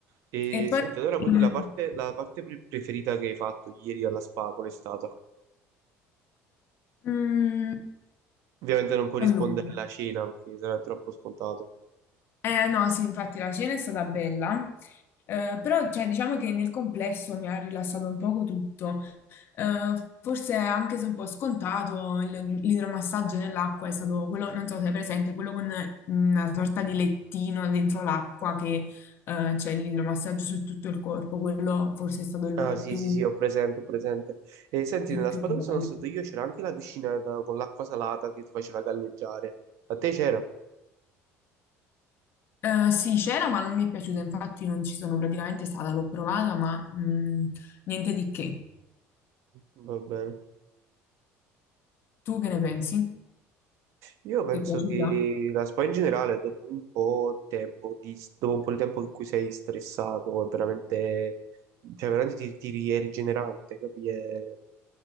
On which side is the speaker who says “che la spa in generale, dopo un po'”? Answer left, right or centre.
Right